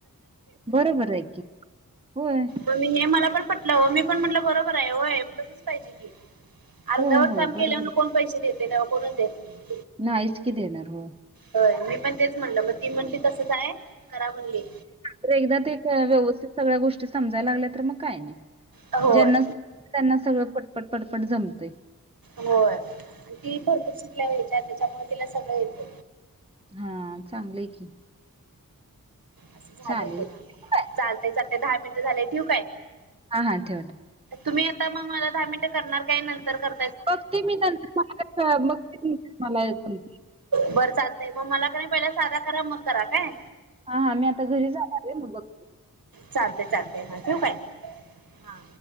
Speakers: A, on the right; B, on the right.
A: बरोबर आहे की. होय.
B: <inaudible> णट मी पण म्हटलं बरोबर आहे तसच पाहिजे की अर्धवर
A: होय, होय.
B: काम
A: बरोबर.
B: केण पैसे देते तेव कोणच देत नाही
A: नाही इच की देणार हो
B: हो मी पण तेच म्हणल मग ती म्हणली तसच आहे करा म्हणली
A: तर एकदा ते व्यवस्थित सगळ्या गोष्टी समजायला लागल्या तर मग काय नाही
B: होय
A: ज्यांना त्यांना सगळं पटपट पडपट जमते
B: हो ती भरपूर शिकल्या वयच्या त्याच्यामुळे तिला सगळं येत
A: हा चांगलंय की
B: असं झालेय
A: चालेल.
B: बघ
A: ठेवू काय?
B: चालतय चालतय दहा मिनिटं झाले ठिव काय
A: हा हां ठेवत
B: तुम्ही आता मग मला दहा मिनटं करणार काय नंतर कर
A: बघते मी न म क बघते मलाते
B: बरं चालतंय मग मला क नाही पहिला साधा करा मग करा काय
A: हा हा मी आता घरी जाणार आहे मग बघ
B: चालते चालते म ठेव काय हा